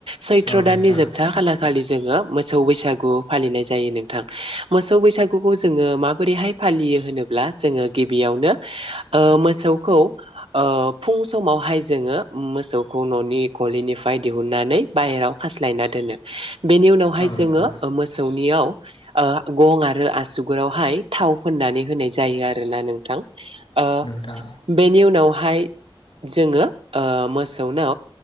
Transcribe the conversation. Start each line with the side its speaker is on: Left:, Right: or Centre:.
Right: सै त्र
Left: औ नोंथां
Right: दाननि जोबथा खालाखालि जोङो मोसौ बैसागु फालि नाय जायो नोंथां मोसौ बैसागुखौ जोङो माबोरैहाय फालियो होनोब्ला जोङो गिबियावनो ओ मोसौखौ ओ फुं समावहाय जोङो मोसौखौ न'नि गलिनिफ्राय दिहुननानै बाहेरा आव खास्लायना दोनो बेनि उनावहाय
Left: औ नोंथां औ नोंथां
Right: जोङो मो सौनियाव ओ गं आरो आसुगुरावहाय थाव फोननानै होनाय जायो आरोना नोंथां ओ
Left: दां
Right: नि उनावहाय जोङो ओ मोसौनो